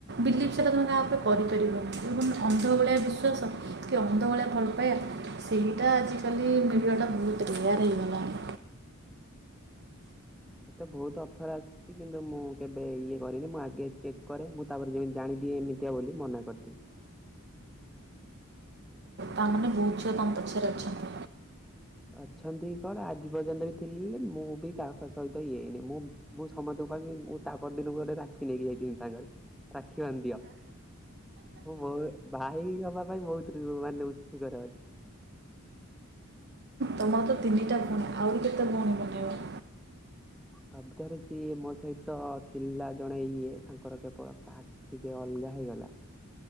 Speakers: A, on the right; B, in the centre.
A: ବିଲିଭ୍ ସେଟା ତୁମେ କାହା ଉପରେ କରିପାରିବନି। ମାନେ ଅନ୍ଧ ଭଳିଆ ବିଶ୍ୱାସ କି ଅନ୍ଧ ଭଳିଆ ଭଲ ପାଇଆ ସେଇଟା ଆଜିକାଲି ମିଳିବାଟା ବହୁତ ରେୟାର୍ ହେଇଗଲାଣି।
B: ଏତେ ବହୁତ ଅଫର୍ ଆସ ଚି କିନ୍ତୁ ମୁଁ କେବେ ଇଏ କରିନି। ମୁଁ ଆଗେ ଚେକ୍ କରେ, ମୁଁ ତା'ପରେ ଯେମତି ଜାଣିଦିଏ, ଏମିତିଆ ବୋଲି ମନା କରିଦିଏ।
A: ତା'ମାନେ ବହୁତ ଝିଅ ତମ ପଛରେ ଅଛନ୍ତି।
B: ଅଛନ୍ତି କଣ? ଆଜି ପର୍ଯ୍ୟନ୍ତ ବି ଥିଲେ, ମୁଁ ବି କାହା ସହିତ ଇଏ ହେଇନି। ମୁଁ ମୁଁ ସମସ୍ତଙ୍କୁ କହିମି। ମୁଁ ତାହ ପରଦିନକୁ ଗୋଟେ ରାକ୍ଷୀ ନେଇକି ଯାଇଥମି ସାଙ୍ଗେରେ? ରାକ୍ଷୀ ବାନ୍ ଦିଅ। ମୁଁ ବହୁ ଭାଇ ହବା ପାଇଁ ବହୁତ ମାନେ ଉତ୍ସୁକରେ ଅଛି।
A: ତମର ତ ତିନିଟା ଭଉଣୀ। ଆହୁରି କେତେ ଭଉଣୀ ବନେଇବ?
B: ଶବ୍ଦରେ ଯିଏ ମୋ ସହିତ ଥିଲା ଜଣେ ଇଏ। ତାଙ୍କର କେବଳ ପାସ୍। ଟିକେ ଅଲଗା ହେଇଗଲା।